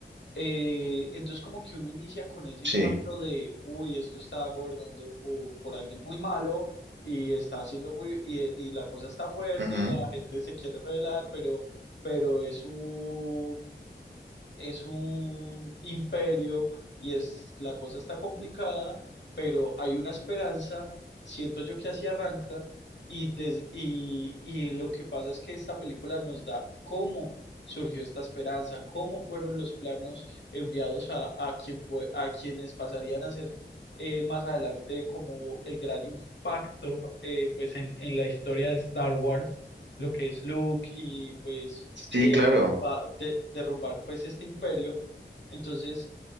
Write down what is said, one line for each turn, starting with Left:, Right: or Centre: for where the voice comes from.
Left: Eh, entonces como que uno inicia con ese
Right: Sí.
Left: impacto de, uy, esto está gobernando por por, alguien muy malo y está haciendo muy, y, y la cosa está fuerte,
Right: ujú.
Left: la gente se quiere rebelar, pero, pero es un, es un imperio y es la cosa está complicada, pero hay una esperanza, siento yo que así arranca y, des- y, y lo que pasa es que esta película nos da cómo surgió esta esperanza, cómo fueron los planos enviados a, a, quien fue- a quienes pasarían a ser eh, más adelante como el gran impacto eh, pues en, en la historia de Star Wars, lo que es Luke y pues
Right: Sí,
Left: eh,
Right: claro.
Left: a de- derrumbar pues este imperio. Entonces